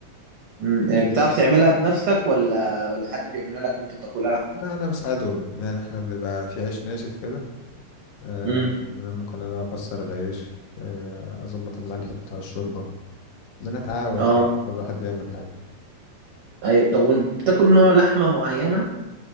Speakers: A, on the right; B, on the left.
A: أمم، آه، بتعرف تعملها بنفسك ولا ولا حد بيعملها لك وانت بتاكلها
B: بقى انا بساعدهم يعني احنا بيبقى في عيش ناشف كده آه،
A: امم
B: أنا ممكن انا بقى اكسر العيش آه، اظبط الملح بتاع الشوربه بنتعاون
A: اه
B: كل واحد بيعمل حاجه
A: ايوه طب وإن- بتاكل نوع لحمة معينة